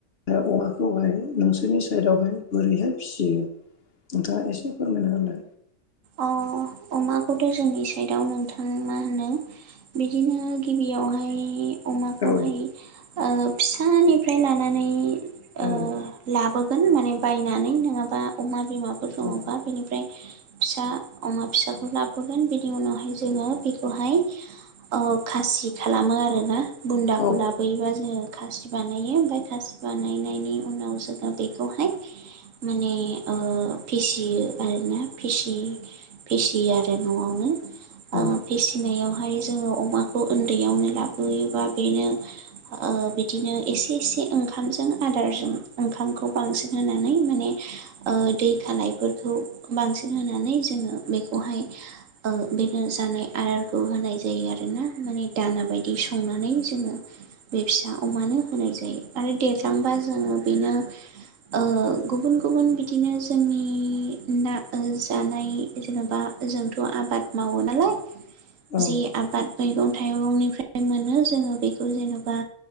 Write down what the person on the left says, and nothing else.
अमाखौहाय नोंसोर नोंसोरनि साइडआवहाय बोरैहाय फिसियो नोंथाङा एसे फोरमायना हागोनना
औ
औ
औ
औ
औ
औ